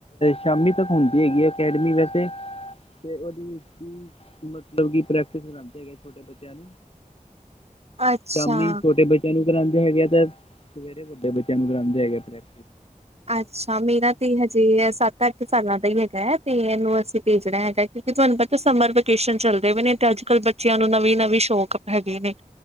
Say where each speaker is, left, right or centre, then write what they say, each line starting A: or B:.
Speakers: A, on the left; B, on the right.
A: ਸ਼ਾਮੀ ਤੱਕ ਹੁੰਦੀ ਹੈਗੀ ਆ ਅਕੈਡਮੀ ਵੈਸੇ ਤੇ ਉਹਦੇ ਵਿੱਚ ਹੀ ਮਤਲਬ ਕਿ ਪ੍ਰੈਕਟਿਸ ਕਰਾਂਂਦੇ ਹੈਗੇ ਛੋਟੇ ਬੱਚੇ <unintelligible>
B: ਅੱਛਾ।
A: ਸ਼ਾਮੀ ਛੋਟੇ ਬੱਚਿਆਂ ਨੂੰ ਕਰਾਉਂਦੇ ਹੈਗੇ ਆ ਤੇ ਸਵੇਰੇ ਵੱਡੇ ਬੱਚਿਆਂ ਨੂੰ ਕਰਾਉਂਦੇ ਹੈਗੇ ਆ ਪ੍ਰੈਕ
B: ਅੱਛਾ ਮੇਰਾ ਤੇ ਹਜੇ ਸਤ ਅੱਠ ਸਾਲਾਂ ਦਾ ਹੀ ਹੈਗਾ ਹੈ ਤੇ ਇਹਨੂੰ ਅਸੀਂ ਭੇਜਣਾ ਹੈਗਾ ਕਿਉਂਕਿ ਤੁਹਾਨੂੰ ਪਤਾ ਸਮਰ ਵੇਕੇਸ਼ਨ ਚੱਲਦੇ ਪਏ ਨੇ ਤੇ ਅੱਜ ਕੱਲ ਬੱਚਿਆਂ ਨੂੰ ਨਵੀਂ-ਨਵੀਂ ਸ਼ੋਕ ਹੈਗੇ ਨੇ